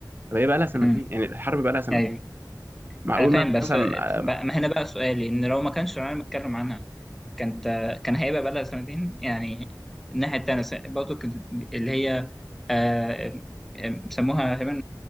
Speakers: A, on the right; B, in the centre.
A: طب هي بقى لها سنتين
B: امم
A: يعني الحرب بقى لها سنتين
B: أيوة
A: معقول
B: انا فاهم بس
A: مثلا
B: بقى ما هنا بقى سؤالي ان لو ما كانش العالم اتكلم عنها كانت كان هيبقى بقى لها سنتين يعني الناحيه التانيه س- برضو كانت اللي هي آه، آه، بيسموها تقريبا